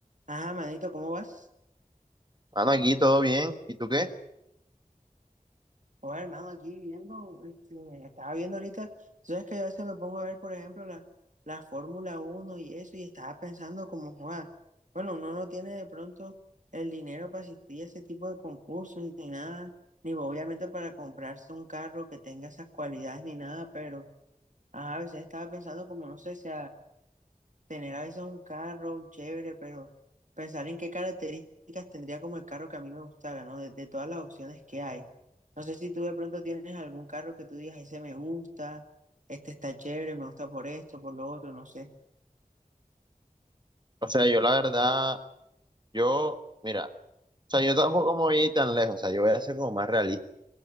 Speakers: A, on the right (about 60°); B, on the right (about 30°).
A: Ah, manito, ¿cómo vas?
B: Mano, aquí todo bien. ¿Y tú qué?
A: Oye, hermano, aquí viendo, este, estaba viendo ahorita, tú sabes que yo a veces me pongo a ver, por ejemplo, la, la Fórmula Uno y eso, y estaba pensando como, Juan, bueno, uno no tiene de pronto el dinero para asistir a ese tipo de concursos ni nada, ni obviamente para comprarse un carro que tenga esas cualidades ni nada, pero, ajá, a veces estaba pensando como, no sé, si tener a veces un carro chévere, pero pensar en qué características tendría como el carro que a mí me gustara, ¿no? De, de todas las opciones que hay. No sé si tú de pronto tienes algún carro que tú digas, ese me gusta, este está chévere, me gusta por esto, por lo otro, no sé.
B: O sea, yo la verdad, yo, mira, o sea, yo tampoco me voy a ir tan lejos, o sea, yo voy a ser como más realista,